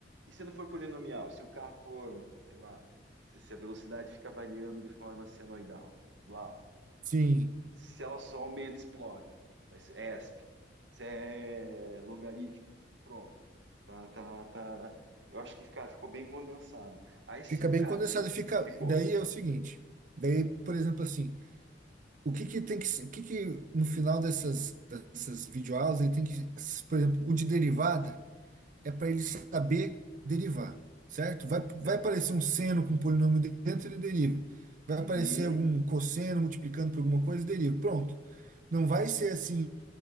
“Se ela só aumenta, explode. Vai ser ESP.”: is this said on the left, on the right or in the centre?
Right